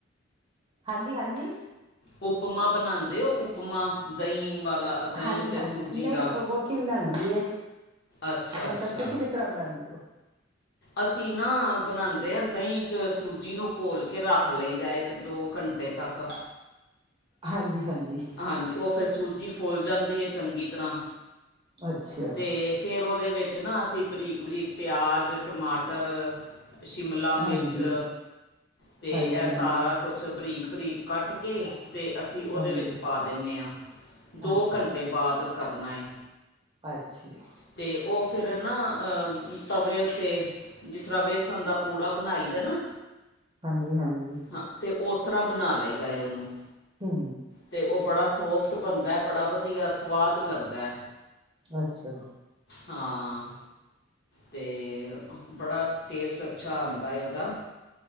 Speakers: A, on the right (about 25°); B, on the left (about 55°).
A: ਹਾਂਜੀ ਹਾਂਜੀ।
B: ਉਪਮਾ ਬਣਾਉਂਦੇ ਹੋ ਉਪਮਾ ਦਹੀਂ ਵਾਲਾ ਦਹੀਂ
A: ਹਾਂਜੀ
B: ਤੇ
A: ਹਾਂਜੀ।
B: ਸੂਜੀ
A: ਨਹੀਂ
B: ਦਾ
A: ਵੋਟੀ ਬਣਾਉਂਦੀ ਏ।
B: ਅੱਛਾ ਅੱਛਾ
A: ਮਤਲਬ ਤੁਸੀਂ ਕਿਸ ਤਰ੍ਹਾਂ ਬਣਾਉਂਦੇ ਹੋ।
B: ਅਸੀਂ ਨਾ ਬਣਾਉਂਦੇ ਹਾਂ। ਦਹੀਂ 'ਚ ਸੂਜੀ ਨੂੰ ਘੋਲ ਕੇ ਰੱਖ ਲਈਦਾ ਇੱਕ ਦੋ ਘੰਟੇ। ਘੰਟੇ ਤੱਕ।
A: ਹਾਂਜੀ ਹਾਂਜੀ।
B: ਹਾਂਜੀ। ਉਹ ਫਿਰ ਸੂਜੀ ਫੁੱਲ ਜਾਂਦੀ ਹੈ ਚੰਗੀ ਤਰ੍ਹਾਂ
A: ਅੱਛਾ
B: ਤੇ। ਫਿਰ ਉਹਦੇ ਵਿੱਚ ਨਾ ਅਸੀਂ ਬਰੀਕ ਬਰੀਕ ਪਿਆਜ਼, ਟਮਾਟਰ। ਸ਼ਿਮਲਾ ਮਿਰਚ
A: ਹਾਂਜੀ
B: ਤੇ
A: ਹਾਂਜੀ
B: ਇਹ
A: ਹਾਂਜੀ
B: ਸਾਰਾ। ਕੁਛ ਬਰੀਕ ਬਰੀਕ ਕੱਟ ਕੇ। ਤੇ ਅਸੀਂ ਉਹਦੇ
A: ਹਾਂਜੀ
B: ਵਿੱਚ ਪਾ ਦਿੰਦੇ ਹਾਂ। ਦੋ
A: ਅੱਛਾ
B: ਘੰਟੇ
A: ਅੱਛਾ
B: ਬਾਅਦ ਕਰਨਾ ਏ।
A: ਅੱਛਾ ਜੀ।
B: ਤੇ ਉਹ ਫਿਰ ਨਾ ਅ ਤਵੇ ਉੱਤੇ। ਜਿਸ ਤਰ੍ਹਾਂ ਵੇਸਣ ਦਾ ਪੂੜਾ ਬਣਾਈ ਦਾ ਨਾ।
A: ਹਾਂਜੀ ਹਾਂਜੀ।
B: ਹਾਂ ਤੇ ਉਸ ਤਰ੍ਹਾਂ ਬਣਾ ਲਈਦਾ ਹੈ ਉਹਨੂੰ।
A: ਹੂੰ।
B: ਤੇ ਉਹ ਬੜਾ ਸੋਫਟ ਬਣਦਾ ਹੈ। ਬੜਾ ਵਧੀਆ ਸੁਵਾਦ ਲੱਗਦਾ ਹੈ।
A: ਅੱਛਾ।
B: ਹਾਂ। ਤੇ, ਬੜਾ ਟੇਂਸ਼ਨ ਅੱਛਾ ਆਂਦਾ ਏ ਉਹਦਾ।